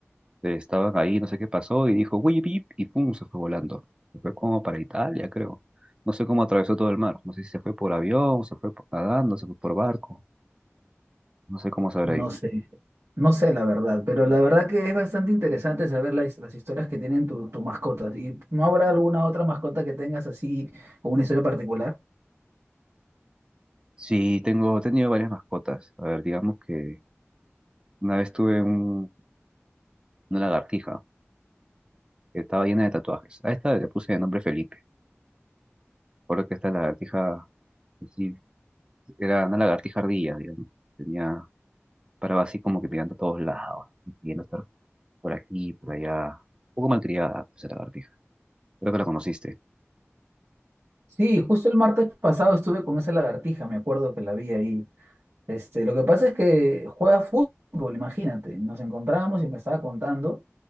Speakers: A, on the right (about 20°); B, on the right (about 80°).
A: Eh, Estaban ahí, no sé qué pasó, y dijo, uy, pip", y pum, se fue volando. Se fue como para Italia, creo. No sé cómo atravesó todo el mar. No sé si se fue por avión, se fue por- nadando, se fue por barco. No sé cómo se habrá
B: No
A: ido.
B: sé, no sé la verdad, pero la verdad que es bastante interesante saber las, las historias que tienen tu- tus mascotas. ¿Y no habrá alguna otra mascota que tengas así con una historia particular?
A: Sí, tengo, he tenido varias mascotas. A ver, digamos que una vez tuve un- una lagartija. que estaba llena de tatuajes. A esta le puse de nombre Felipe. Recuerdo que esta lagartija, sí, era una lagartija ardilla, digamos. Tenía, paraba así como que mirando a todos lados, queriendo estar por aquí, por allá. Un poco malcriada esa lagartija. Creo que la conociste.
B: Sí, justo el martes pasado estuve con esa lagartija, me acuerdo que la vi ahí. Este, lo que pasa es que juega fútbol, imagínate. Nos encontramos y me estaba contando,